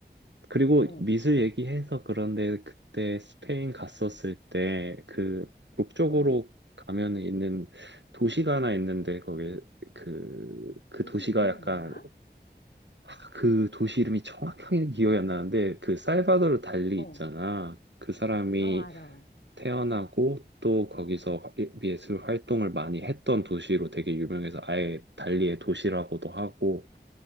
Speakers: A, on the right (about 80°); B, on the left (about 65°).
A: 그리고
B: 어,
A: 미술 얘기해서 그런데 그때 스페인 갔었을 때 그 북쪽으로
B: 어.
A: 가면 있는 도시가 하나 있는데 거기 그, 그
B: 도시
A: 도시가
B: 이름은
A: 약간
B: 뭐야?
A: 아, 그 도시 이름이 정확하게 기억이 안 나는데 그 살바도르 달리
B: 어,
A: 있잖아.
B: 어,
A: 그 사람이
B: 알아.
A: 태어나고 또 거기서 예- 예술 활동을 많이 했던 도시로 되게 유명해서 아예 달리의 도시라고도 하고